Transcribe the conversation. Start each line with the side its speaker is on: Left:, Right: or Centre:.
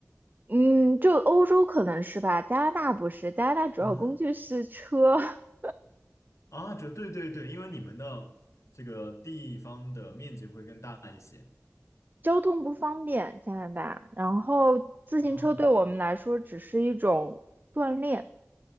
Right: 嗯，就欧洲可能是吧，加拿大不是，加拿大主要工具是车。
Left: 啊
Right: <laughs>
Left: 啊，这对对对，因为你们的这个地方的面积会更大一些。
Right: 交通不方便，加拿大。然后自行车对我们来说只是一种锻炼。
Left: 啊